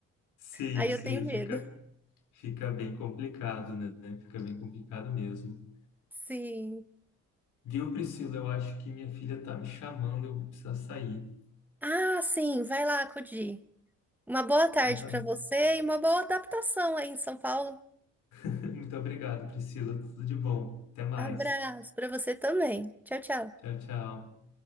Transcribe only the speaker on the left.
Sim,
sim,
fica,
fica bem complicado, né, fica bem complicado mesmo.
Viu, Priscila? Eu acho que minha filha tá me chamando, eu vou precisar sair.
Então tá.
bom.
<laughs> Muito obrigado, Priscila. Tudo de bom. Até mais.
Tchau, tchau.